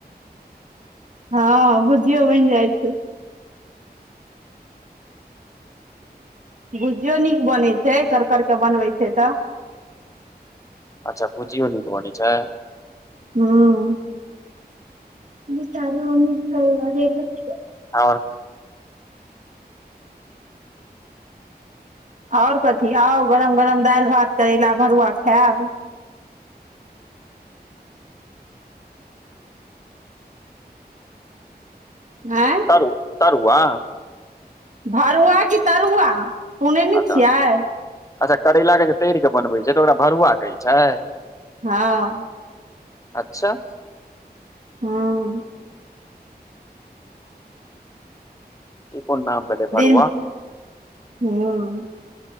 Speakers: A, on the right (about 50°); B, on the left (about 20°).
A: हँ भुजियो बन जाइ छै भुजियो नीक बनैत छै करकर के बनबै छै तऽ
B: अच्छा भुजियो नीक बनै छै
A: ह्म विचार मिस कर <unintelligible> <inaudible>
B: आओर
A: आओर कथि आउ गरम गरम दालि भात करै भरुआ खायब एँ
B: तरू तरूआ
A: भरुआ कि तरुआ सुनै ने
B: अच्छा
A: छियै
B: अच्छा करैलाक के जे तर क बनबै छै तऽ ओकरा भरुआ कहैत छै
A: हँ
B: अच्छा
A: हँ
B: इ कोन नाम भेलै भरुआ
A: दिन हुँ